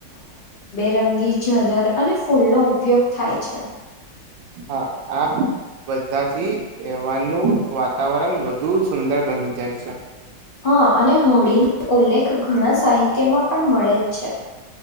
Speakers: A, on the left; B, on the right.
A: રંગી જલર અને ફૂલનો ઉપયોગ થાય છે
B: હા આપ બધાથી એવાનું વાતાવરણ વધુ સુંદર બની જાય છે
A: હા અને હોળીનો ઉલ્લેખ ઘણા સાહિત્યમાં પણ મળે જ છે